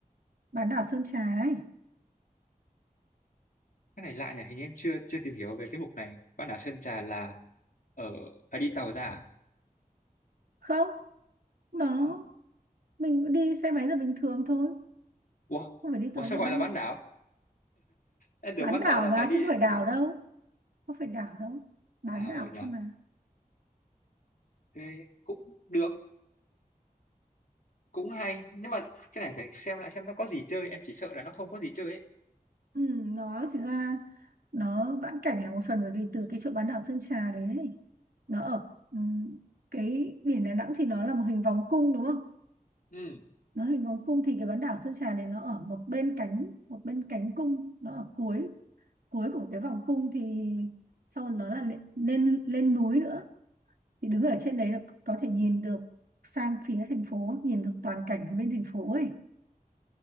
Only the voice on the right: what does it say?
bán đảo Sơn Trà ấy
không nó mình cũng đi xe máy là bình thường thôi
không phải đi
tàu
ra
đâu
bán
đảo
mà
chứ không phải đảo đâu không phải đảo đâu bán
đảo
thôi mà
ừ, nó chỉ ra nó vãn cảnh là một phần bởi vì từ cái chỗ bán đảo Sơn Trà đấy ấy, nó ở ừ, cái biển Đà Nẵng thì nó là một hình vòng cung đúng không
nó hình vòng cung thì cái bán đảo Sơn Trà này nó ở một bên cánh một bên cánh cung nó ở cuối cuối của cái vòng cung thì sau đó nó là lên lên, lên núi nữa thì đứng ở trên đấy là có thể nhìn được sang phía thành phố nhìn được toàn cảnh bên thành phố ấy